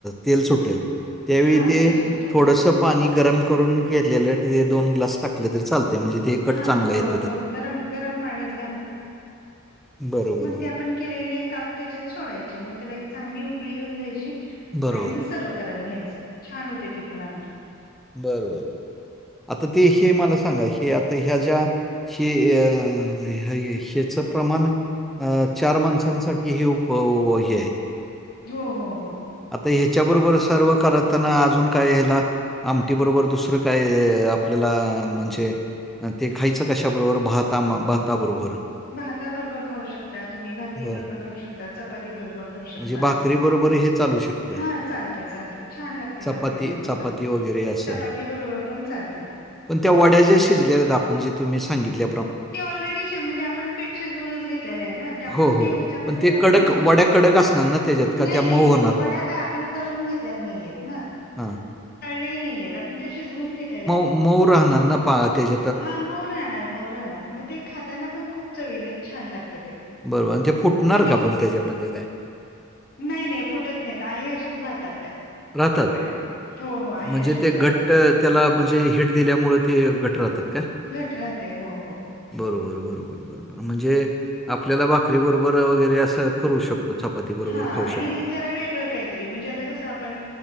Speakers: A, in the centre; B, on the left (about 45°).
A: तेल सुटेल. त्यावेळी
B: हा
A: ते
B: तेल सुटतं
A: थोडस. पाणी गरम करून घेतलेलं तिथे दोन ग्लास टाकले तरी चालते म्हणजे ते कट
B: हा
A: चांगलं येत.
B: ग पा घ
A: बरोबर
B: त्या. केलेले काप त्यात सोडायचे मग त्याला एक चांगली उकळी येऊ द्यायची.
A: बरोबर.
B: सर्व करायला घ्यायचं छान होते ती पण आमखी.
A: बरोबर आता ते हे मला सांगा हे आता ह्या ज्या. हे अ ह्याच प्रमाण? अ चार माणसांसाठी हेप हे आहे.
B: हो हो हो
A: आता ह्याच्या बरोबर सर्व करत. असताना अजून काय ह्याला आमटी बरोबर दुसरं काय आपल्याला म्हणजे. ते खायचं कशाबरोबर भहता बहताा बरोबर.
B: भाताबरोबर खाऊ शकता तुम्ही भाकरी
A: बरं.
B: बरोबर खाऊ शकता चपाती बरोबर खाऊ शकता.
A: म्हणजे भाकरीबरोबर हे चालू शकते.
B: हा चालते चालते छान लागते
A: चपाती
B: भाकरी बरोब
A: चपाती
B: पण
A: वगैरे असं.
B: चपाती बरोब पण चालते.
A: पण त्या वड्या ज्या शिजलेल्या आहेत आपण जे तुम् सांगितले.
B: ते ऑलरेडी म्हणजे आपण पीठचे जुनच घेतलेले आहे ना त्यामुळे
A: हो, हो.
B: ते ह्याच्यामध्ये
A: पण ते
B: टाकल्यामु.
A: कडक वड्या कडक असणार ना त्याच्यात का
B: नाही
A: त्या
B: नाही
A: मऊ होणार?
B: वड्या काय आपण तळून घेतलेल्या नाहीयेत ना.
A: हां.
B: कळलेले नाही आहेत आपण त्या जुून घेतलेले आहेत.
A: मौराहानाना पाळते ज.
B: हा मऊ राहणार मऊ राहणार मग ते खाताना पण खूप चवील छान लागत ते.
A: बरोबर आणि ते फुटणार
B: तुम्ही
A: का आपण त्याच्यामध्ये काय.
B: नाही नाही फुटत नाहीत आहे अशाच राहतात त्या.
A: राहतात.
B: वडा हो हो आहे
A: म्हणजे
B: अशाच
A: ते घट्ट
B: राहतात.
A: त्याला म्हणजे हिट दिल्यामुळं ते गट राहतात. काय?
B: घट राहते हो हो.
A: बरोबर बरोबर बरोबर म्हणजे आपल्याला भाकरी बरोबर वगैरे अस करू शकतो चपाती बरोबर
B: हा
A: खाऊ
B: आणि
A: शकतो.
B: जरा वेगळं काय? तरी म्हणजे आता कसं आपण